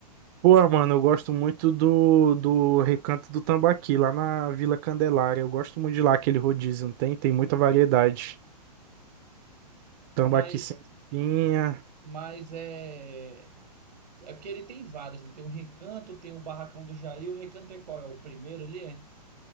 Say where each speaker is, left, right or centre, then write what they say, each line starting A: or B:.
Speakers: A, on the right; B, on the right.
A: Pô, mano, eu gosto muito do, do Recanto do Tambaqui, lá na Vila Candelária. Eu gosto muito de lá, aquele rodízio, não tem? Tem muita variedade. Tambaqui
B: Mas,
A: sem espinha,
B: mas é. É porque ele tem vários, né? Tem o Recanto, tem o Barracão do Jair. O Recanto é qual? É o primeiro ali? É?